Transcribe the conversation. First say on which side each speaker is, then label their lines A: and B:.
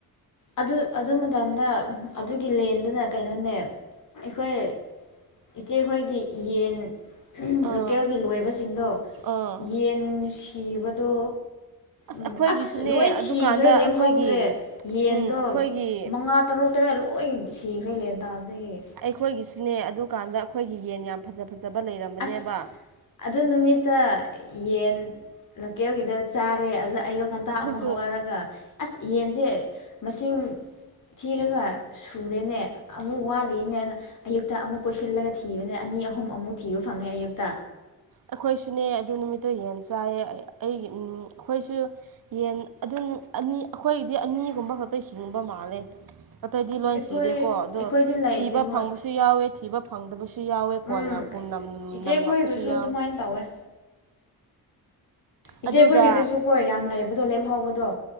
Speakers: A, on the left (about 60°); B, on the right (about 70°).
A: ꯑꯗꯨ ꯑꯗꯨ ꯃꯇꯝꯗ ꯑꯗꯨꯒꯤ ꯂꯦꯟꯗꯨꯅ ꯀꯩꯅꯣꯅꯦ ꯑꯩꯈꯣꯏ ꯏꯆꯦꯈꯣꯏꯒꯤ ꯌꯦꯟ
B: ꯑꯥ
A: ꯂꯣꯀꯦꯜꯒꯤ ꯂꯣꯏꯕꯁꯤꯡꯗꯣ
B: ꯑꯥ
A: ꯌꯦꯟ ꯁꯤꯕꯗꯣ ꯎꯝ
B: ꯑꯩꯈꯣꯏꯒꯤꯁꯨꯅꯦ
A: ꯑꯁ ꯂꯣꯏ
B: ꯑꯗꯨꯀꯥꯟꯗ
A: ꯁꯤꯈ꯭ꯔꯦ ꯂꯦꯝꯍꯧꯗ꯭ꯔꯦ
B: ꯑꯩꯈꯣꯏꯒꯤ
A: ꯌꯦꯟꯗꯣ
B: ꯎꯝ ꯑꯩꯈꯣꯏꯒꯤ
A: ꯃꯉꯥ ꯇꯔꯨꯛ ꯇꯔꯦꯠ ꯂꯣꯏ ꯁꯤꯈ꯭ꯔꯦ ꯂꯦꯟ ꯇꯥꯕꯗꯒꯤ
B: ꯑꯩꯈꯣꯏꯒꯤꯁꯨꯅꯦ ꯑꯗꯨꯀꯥꯟꯗ ꯑꯩꯈꯣꯏꯒꯤ ꯌꯦꯟ ꯌꯥꯝ ꯐꯖ ꯐꯖꯕ ꯂꯩꯔꯝꯕꯅꯦꯕ
A: ꯑꯁ ꯑꯗꯨ ꯅꯨꯃꯤꯠꯇ ꯌꯦꯟ ꯂꯣꯀꯦꯜꯒꯤꯗꯣ ꯆꯥꯔꯦ ꯑꯗ ꯑꯌꯨꯛ ꯉꯟꯇꯥ
B: ꯑꯩꯈꯣꯏꯁꯨ
A: ꯑꯃꯨꯛ ꯍꯧꯒꯔꯒ ꯑꯁ ꯌꯦꯟꯖꯦ ꯃꯁꯤꯡ ꯊꯤꯔꯒ ꯁꯨꯨꯗꯦꯅꯦ ꯑꯃꯨꯛ ꯋꯥꯠꯂꯤꯅꯦꯅ ꯑꯌꯨꯛꯇ ꯑꯃꯨꯛ ꯀꯣꯏꯁꯤꯜꯂꯒ ꯊꯤꯕꯅꯦ ꯑꯅꯤ ꯑꯍꯨꯝ ꯑꯃꯨꯛ ꯊꯤꯕ ꯐꯪꯉꯦ ꯑꯌꯨꯛꯇ
B: ꯑꯩꯈꯣꯏꯁꯨꯅꯦ ꯑꯗꯨ ꯅꯨꯃꯤꯠꯇꯨ ꯌꯦꯟ ꯆꯥꯏꯌꯦ ꯑꯩꯒꯤ ꯎꯝ ꯑꯩꯈꯣꯏꯁꯨ ꯌꯦꯟ ꯑꯗꯨꯟ ꯑꯅꯤ ꯑꯩꯈꯣꯏꯒꯤꯗꯤ ꯑꯅꯤꯒꯨꯝꯕ ꯈꯛꯇ ꯍꯤꯡꯕ ꯃꯥꯜꯂꯦ ꯑꯇꯩꯗꯤ ꯂꯣꯏ
A: ꯑꯩꯈꯣꯏ
B: ꯁꯤꯔꯦꯀꯣ ꯑꯗꯣ
A: ꯑꯩꯈꯣꯏꯗꯤ ꯂꯩꯇꯦ
B: ꯊꯤꯕ
A: ꯍꯣꯏ
B: ꯐꯪꯕ ꯌꯥꯎꯋꯦ ꯊꯤꯕ ꯐꯪꯗꯕꯁꯨ ꯌꯥꯎꯋꯦ ꯀꯣꯟꯅ
A: ꯎꯝ
B: ꯄꯨꯝꯅꯝ
A: ꯏꯆꯦ
B: ꯅꯝꯃꯛꯄꯁꯨ
A: ꯑꯩꯈꯣꯏꯒꯤꯁꯨ
B: ꯌꯥꯎꯋꯦ
A: <unintelligible> ꯇꯧꯋꯦ ꯏꯆꯦꯈꯣꯏꯒꯤꯗꯨꯁꯨ
B: ꯑꯗꯨꯒ
A: ꯀꯣ ꯌꯥꯝ ꯂꯩꯕꯗꯣ ꯂꯦꯝꯍꯧꯕꯗꯣ